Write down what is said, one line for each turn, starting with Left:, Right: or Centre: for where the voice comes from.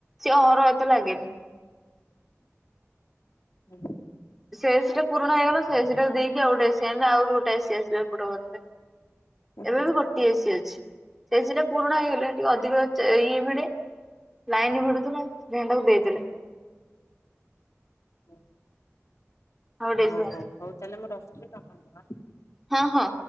Centre: ସିଏ ଅର ଏତେ ଲାଗେନି।
Left: ହୁଁ
Centre: ସେ ଏସି ଟା ପୁରୁଣା ହେଇଗଲା ସେ ଏସିଟାକୁ ଦେଇକି ଆଉ ଗୋଟେ ଏସି ଆଇଲୁ ଆହୁରି ଗୋଟେ ଏସି ଆସିବ ହେପଟ ଘର ପାଇଁ ଏବେ
Left: ହୁଁ।
Centre: ବି ଗୋଟିଏ ଏସିି ଅଛି ସେ ଏସି ଟା ପୁରୁଣା ହେଇଗଲେ ଟିକେ ଅଧିକ ଇଏ ଭିଡେ ଲାଇନ ଭିଡୁଥିଲା ସେ ତାକୁ ଦେଇଦେଲେ।
Left: ହଁ
Centre: ଆଉ ଗୋଟେ
Left: ହଉ
Centre: ଏସି ଆଣିଲେ
Left: ହଉ ହଉ ତାହେଲେ ମୁଁ ରଖଛିି କାମ
Centre: ହଁ ହଁ।